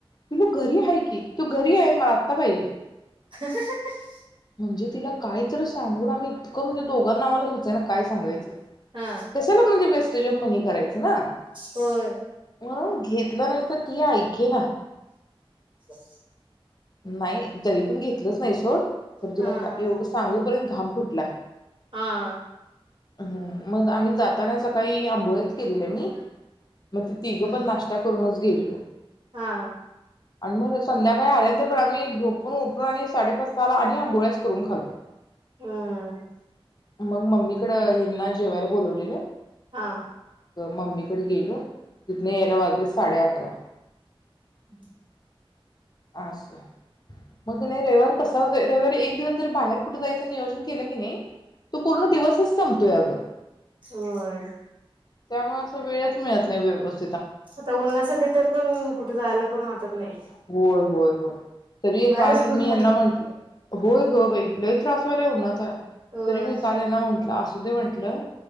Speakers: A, on the left; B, on the right.
A: पीलू घरी हाय की तू घरी ये म आत्ता पाहिजे.
B: हं हं हं हं
A: म्हणजे तिला कायतर सांगून आम्ही इतक म्हणजे दोघांना आम्हाला झोप त्याना काय सांगायचं?
B: हा
A: कशाला म्हणजे व्यस म्हणी करायचं ना?
B: होय.
A: म्हणून घेतलं नाई तर ती ऐके ना.
B: तर
A: नाई तरी पण घेतलंच नाई सोड. खरं
B: हा
A: तुला का
B: हा
A: एवढं सांगु पर्यंत घाम फुटला.
B: हा.
A: हम्म मग आम्ही जाताना सकाळी आंबोळेच केलेल मी. मग ते तिघ पण
B: हम्
A: नाश्ता करूनच गेली हॅलो
B: हा.
A: आणि मग संध्याकाळी आल्यांतर पण आम्ही झोपून उठलो आणि साडेपाच सहाला आणि आंबोळ्याच करून खाल्लो.
B: हम
A: मग मम्मी कड हयांना जेवायला बोलवलेलं
B: हा.
A: मम्मीकड गेलो तिथन यायला वाजले साडे अकरा
B: हम् हम.
A: असं मग नाई रयवार कसा रव्वारी एक दिवस जरी बाहेर कुठ जायचं नियोजन केलं की नाई तू पूर्ण दिवसच <unintelligible>
B: होय.
A: त्यामुळे असं वेळच मिळत नाई व्यवस्
B: आता उन्हासा तरी पण कुठे जायला पण वाटतं नाही.
A: होय होय होय तरी
B: बाहेरच
A: काल
B: पडू
A: मी हयांना
B: वाटत
A: म्हंटलं
B: नाही
A: होय. हो बई लय त्रास व्हायला उन्हाचा.
B: अ
A: तरी मी कालना हयांना म्हंटलं असं. म्हटलं